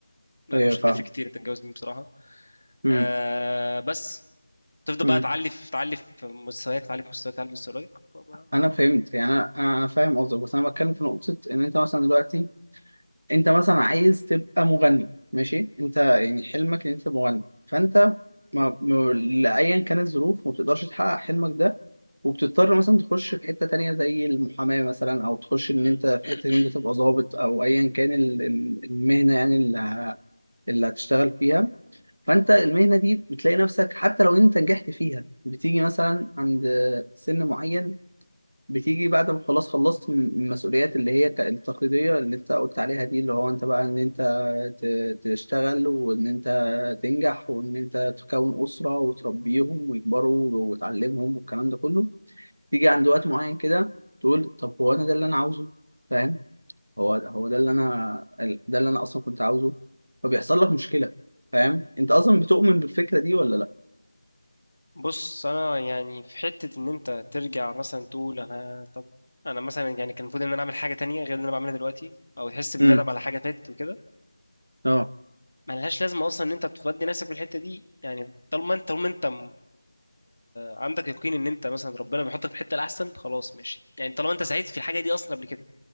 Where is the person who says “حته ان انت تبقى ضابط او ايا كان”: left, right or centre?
Right